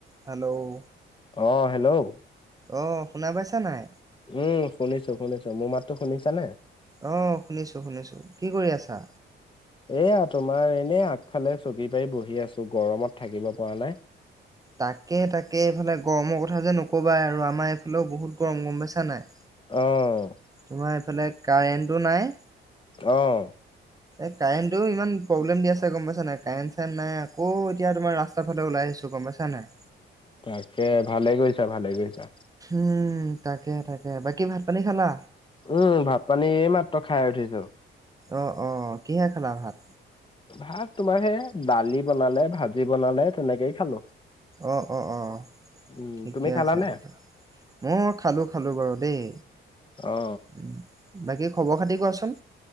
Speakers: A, on the right; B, on the left.
A: Hello
B: অ hello
A: অ শুনা পাইছা নাই?
B: উম শুনিছো শুনিছো মোৰ মাততো শুনিছাানে
A: আহ শুনিছো শুনিছো কি কৰি আছা?
B: এয়া তোমাৰ এনে আগফালে চকী পাৰি বহি আছো গৰমত থাকিব পৰা নাই
A: তাকে তাকে এইফালে গৰমৰ কথা যে নকবা আৰু আমাৰ এইফালেও বহুত গৰম গম বেচা নাই
B: অ
A: তোমাৰ এইফালে কাৰেণ্টটো নাই।
B: আহ
A: এই কাৰেণ্টটো ইমান প্ৰব্লেম দি আছে গম পাইছা নাই কাৰেণ্ট চাৰেণ্ট নাই আকৌ, এতিয়া তোমাৰ ৰা্তা ফালে ওলাই আহিছো গম পাইছা নাই?
B: তাকে ভালে কৰিৈছা ভালে কৰিৈছা।
A: উম তাকে তাকে বাকী ভাত পানী খালা?
B: উম ভাত পানী মাত্ৰ খাই উঠিছো।
A: অ অ কিহে খালা ভাত?
B: ভাত তোমাৰ সে দালি বনালে ভাজি বনালে তেনেকেই খালো।
A: অ', অ', অ'।
B: উম
A: ঠিকে
B: তুমি খালানে
A: আছে মই খালোঁ, খালোঁ বাৰু দেই।
B: অ
A: উম, বাকী খবৰ খাতি কোৱাচোন?